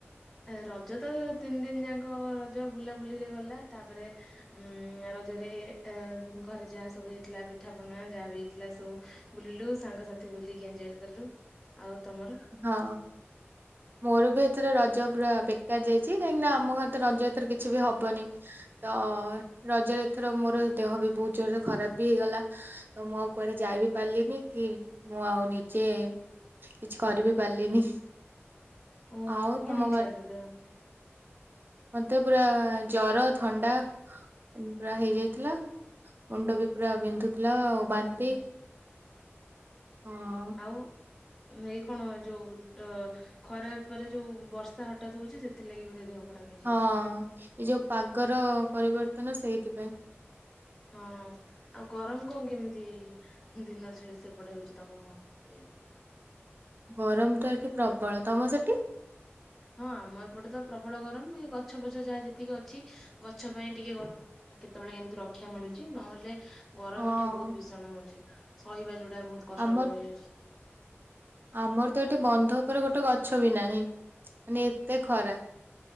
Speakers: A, in the centre; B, on the right.
A: ରଜ ତ ତିନି ଦିନ ଯାକ ରଜ ବୁଲାବୁଲିରେ ଗଲା। ତାପରେ ଉଁ ରଜରେ ଏ ଘରେ ଯାହା ସବୁ ହେଇଥିଲା ପିଠା ପଣା ଯାହା ବି ହେଇଥିଲା ସବୁ ବୁଲିଲୁ ସାଙ୍ଗସାଥି ବୁଲିକି ଏଞଜୟ କଲୁ। ଆଉ ତମର?
B: ହଁ ମୋର ବି ଏଥିରେ ରଜ ପୁରା ବେକାର ଯାଇଚି କାହିଁକିନା ଆମ ଘରେ ତ ରଜ ଏଥର କିଛି ବି ହବନି। ତ ରଜରେ ଏଥର ମୋର ଦେହ ବି ବହୁତ ଜୋରରେ ଖରାପ ବି ହେଇଗଲା। ତ ମୁଁ ଆଉ କୁଆଡେ ଯାଇ ବିି ପାରିଲିନି କି ମୁଁ ଆଉ ନିଜେ କିଛି କରିିବି ପାରିଲିନି।
A: ଓହୋ
B: ଆଉ
A: କଣ
B: ତମ
A: ହେଇଥିଲା
B: ଘର
A: ତ ଦେହ?
B: ମତେ ପୁରା ଜର ଥଣ୍ଡା ପୁରା ହେଇଯାଇଥିଲା। ମୁଣ୍ଡ ବି ପୁରା ବିନ୍ଧୁ ହେଲା
A: ଓହୋ।
B: ବାନ୍ତି। ହଁ।
A: ଆଉ ଏଇ କଣ ଯୋଉ ଅ ଖରା ଉପରେ ଯୋଉ ବର୍ଷା ହଠାତ୍ ହଉଚି ସେଥିଲାଗି ବୋଧେ ଦେହ ଖରାପ ହେଇଯାଇଥିଲା।
B: ହଁ ଏ ଯୋଉ ପାଗର ପରିବର୍ତ୍ତନ ସେଇଥିପା ହୁଁ।
A: ହଁ ଆଉ ଗରମ କଣ କେମିତି ଦିନରେ ସେ ସେପଟେ ହଉଚି ତମ ୟେ ରେ?
B: ଗରମ ତ ଏଠି ପ୍ରବଳ ତମର ସେଠି?
A: ହଁ ଆମ ଏପଟେ ତ ପ୍ରବଳ ଗରମ ଏ ଗଛ ପଛ ଯାହା ଯେତିକି ଅଛି ଗଛ ପାଇଁ ଟିକେ ଗରମ କେତେବେଳେ କେମିତି ରକ୍ଷା ମିଳୁଛି ନହେଲେ ଗରମ
B: ହଁ
A: ଏଠି ବହୁତ ଭୀଷଣ ହଉଚି। ସହିବା ଯଉଟା ବହୁତ କଷ୍ଟକର
B: ଆମ
A: ହେଇଯାଉଚି।
B: ଆମର ତ ଏଠି ବନ୍ଧ ଉପରେ ଗୋଟେ ଗଛ ବି ନାହିଁ ନି ଏତେ ଖରା।